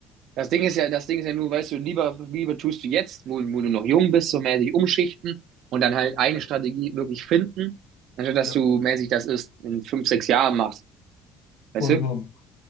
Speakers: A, on the right (about 55°); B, on the left (about 75°).
A: Das Ding ist ja, das Ding ist ja nur, weißt du, lieber, lieber tust du jetzt, wo, wo du noch jung bist, so mäßig umschichten und dann halt eine
B: Ja,
A: Strategie wirklich finden, anstatt dass
B: ja,
A: du mäßig das erst in fünf, sechs Jahren machst. Weißt
B: vollkommen.
A: du?